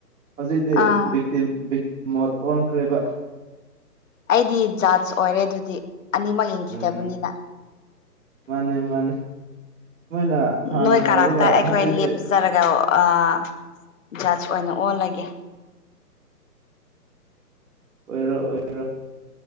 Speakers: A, on the right (about 55°); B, on the left (about 50°).
A: ꯍꯧꯖꯤꯛꯇꯤ
B: ꯑꯥ
A: ꯕꯤ ꯕꯤꯛꯇ ꯃꯣꯠ ꯑꯣꯟꯈ꯭ꯔꯦꯕ
B: ꯑꯩꯗꯤ ꯖꯥꯁ ꯑꯣꯏꯔꯦ ꯑꯗꯨꯗꯤ ꯑꯅꯤꯃꯛ ꯌꯦꯡꯈꯤꯗꯕꯅꯤꯅ
A: ꯎꯝ ꯃꯥꯅꯦ ꯃꯥꯅꯦ ꯃꯣꯏꯅ ꯍꯥꯟꯅ
B: ꯅꯣꯏ
A: ꯇꯧꯔꯒ
B: ꯀꯥꯔꯥꯛꯇ ꯑꯩꯈꯣꯏꯦ
A: ꯍꯧꯖꯤꯛꯇꯤ
B: ꯂꯦꯞꯆꯔꯒ ꯑꯖ ꯑꯣꯏꯅ ꯑꯣꯜꯂꯒꯦ
A: ꯑꯣꯏꯔꯣ ꯑꯣꯏ ꯑꯣꯏꯔꯣ